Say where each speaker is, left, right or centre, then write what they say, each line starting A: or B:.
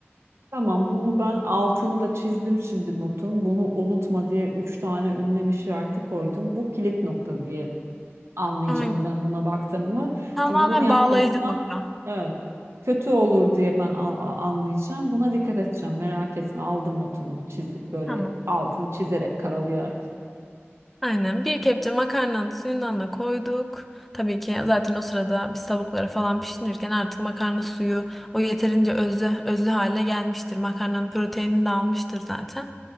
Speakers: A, on the right (about 75°); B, in the centre.
A: Tamam bunu ben altını da çizdim şimdi notun. Bunu unutma diye üç tane ünlem işareti koydum. Bu kilit nokta diye anlayacağım
B: Aynen.
A: ben buna baktım mı.
B: Tamamen
A: Çünkü bunu yapmazsam
B: bağlayıcı nokta.
A: evet kötü olur diye ben al, a- anlayacağım. Buna dikkat edeceğim. Merak etme aldım notumu çiz böyle
B: Tamam.
A: altını çizerek karalayarak.
B: Aynen bir kepçe makarnanın suyundan da koyduk. Tabii ki zaten o sırada biz tavukları falan pişirirken artık makarna suyu o yeterince özlü, özlü hale gelmiştir. Makarnanın proteinini de almıştır zaten.